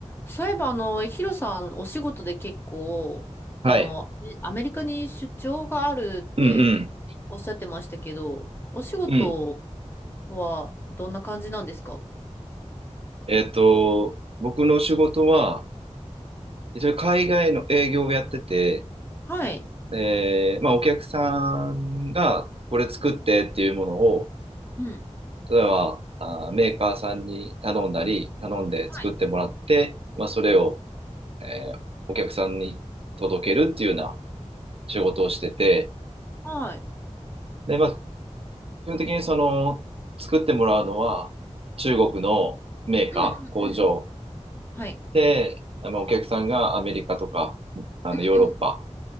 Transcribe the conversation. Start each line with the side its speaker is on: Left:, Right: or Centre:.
Left: そういえば、あの、ヒロさん、お仕事で結構、あの、
Right: はい。
Left: えアメリカに出張があるって
Right: うん
Left: おっしゃってましたけど、お仕事
Right: うん。うん。
Left: はどんな感じなんですか
Right: えっと、僕の仕事は、一応海外の営業をやってて、
Left: はい。
Right: えーまあお客さんがこれ作ってっていうものを、
Left: うん。
Right: 例えば、あー、メーカーさんに頼んだり、頼んで作ってもらって、
Left: はい。
Right: まあそれを、えーお客さんに届けるっていうような仕事をしてて、
Left: はい。
Right: で、まあ基本的にその、作ってもらうのは中国のメーカー、
Left: うんうんうん。
Right: 工場
Left: はい。
Right: で、まあ、お客さんがアメリカとか、あの、
Left: うんうん。
Right: ヨーロッパ